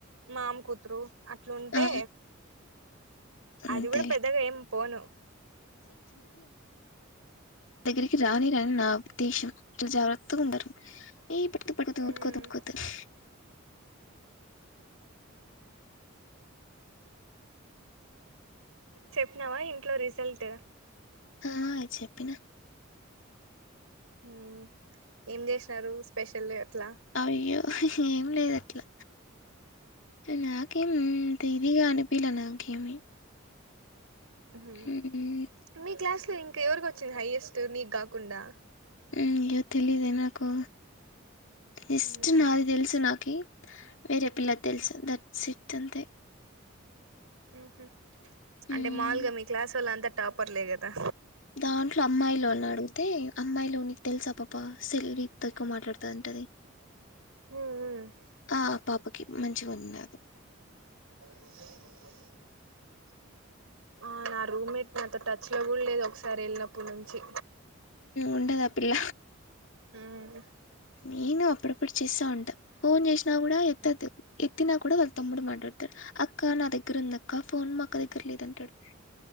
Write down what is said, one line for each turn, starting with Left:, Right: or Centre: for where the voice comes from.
Right: మామ కూతురు అట్లుంటే
Left: ఆ అంతేలే
Right: అది కూడా పెద్దగా ఏం పోను
Left: నా దగ్గరికి రానిరని నా ఉద్దేశం జాగ్రత్త త్తగ ఉండారు ఎ పట్టుకో పడిపోతావు
Right: మ్మ్
Left: తట్టుకో తట్టుకో
Right: చెప్పినవా ఇంట్లో రిజల్ట్
Left: అ చెప్పిన
Right: హుమ్ ఏం చేసినారు స్పెషల్ అట్లా
Left: అయ్యో ఏం లేదు అట్లా నా కేం అంత ఇదిగా అనిపిల నాకేమి
Right: హుమ్
Left: హ్మ్ హ్మ్.
Right: మీ క్లాస్ లో ఇం ఇంకా ఎవరికి వచ్చింది హైయెస్ట్ నీకు కాకుండా
Left: హుమ్ తెలిదే నాకు ఫస్ట్
Right: మ్మ్
Left: నాది తెలుసు నాకి వేరే పిల్లది తెలుసు దట్స్ ఇట్ తంతే
Right: హ
Left: హ్మ్
Right: అంటే మాములుగా మీ క్లాస్ వాల్ల అంతా టాపర్లే కదా
Left: దాంట్లో అమ్మాయిలోని అడిగితే అమ్మాయిలు నీకు తెలుసా పాప సెల్వ ఊకే మాట్లాడుతుంటది
Right: ఉమ్
Left: ఆ ఆ పాప కి మంచిగా ఉంది
Right: స ద ఆ నా రూమ్మేట్ నాతో టచ్ లో కూడా లేదు ఒకసారి ఎళ్ళినప్పుడు నుంచి
Left: ఉండదా పిల్ల
Right: ఉమ్
Left: నేను అప్పుడు ఇప్పుడు చేస్తా ఉంటాం ఫోన్ చేసినా కూడా ఎత్తద్దు ఎత్తినా కూడా వాళ్ళు తమ్ముడు మాట్లాడు అక్క నా దగ్గర ఉందక్క ఫోన్ మాక్క దగ్గర లేదంటాడు